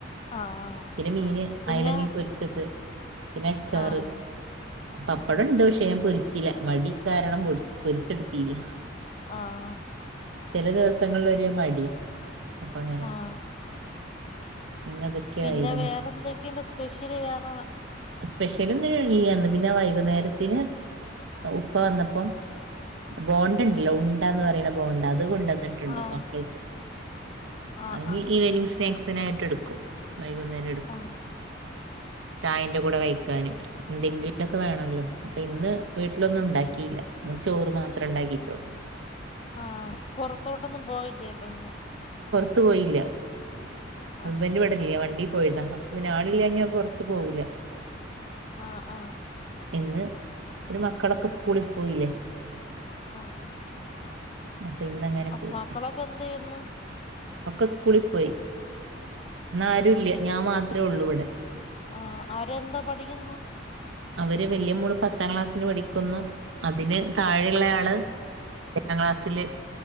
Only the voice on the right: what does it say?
പിന്നെ മീന്
അയല മീൻ പൊരിച്ചത് പിന്നെ അച്ചാറ്
പപ്പടണ്ട്
പക്ഷേ ഞാൻ പൊരി ചില മടി കാരണം പൊട് പൊരിച്ചെട് ത്തിലാ
ചില ദിവസങ്ങൾ ല് ഒരു മടിയാ അപ്പൊ അങ്ങനെ
ഇന്നതൊക്കെയായിരുന്നു
സ്പെഷ്യലൊന്ന്നുല്ല്യ. ഇന്ന് പിന്നെ വൈകുന്നേരത്തിന് ഉപ്പ വന്നപ്പം ബോണ്ട ഇണ്ടല്ലോ ഉണ്ടാന്ന് പറയ്ണ ബോണ്ട അതുകൊൺ ണ്ടന്ന്ട്ടുണ്ട്
മക്കൾക്ക്
അയ് ഇനി
ഈവനിംഗ് സ്നാക്സ് യിട്ട് എടുക്കും വൈകുന്നേരം എടുക്കും
ചായ കൂടെ കഴിക്കൻ എന്തെങ്കിലൊക്കെ വേണല്ലോ അപ്പൊ ഇന്ന് വീട്ടിലൊന്നും ഉണ്ടാക്കില്ല ചോറ് മാത്രം ഉണ്ടാക്കി
ത്ത് പോയില്ല ഹസ്ബൻഡ്
ഇവടില്ല വണ്ടി പോയദാ അപ്പോ പിന്നെ ആളില്ല ഞാൻ പുറത്ത് പോകൂില്ല
ഇന്ന് പിന്നെ മക്കളൊക്കെ സ്കൂളിൽ പോയില്ലേ
അപ്പൊ ഇന്നങ്ങനെ
പോയി
ഒക്കെ സ്കൂളിൽ പോയി ഇന്ന് ആരുല്ല ഞാൻ മാത്രമേ ഉള്ളൂ ഇവിടെ ഉം
അവര് വല്യ മോള് പത്താം ക്ലാസ്സിൽ പഠിക്കുന്നു അതിന് താഴെയുള്ളയാള് എട്ടാം ക്ലാസ്സില്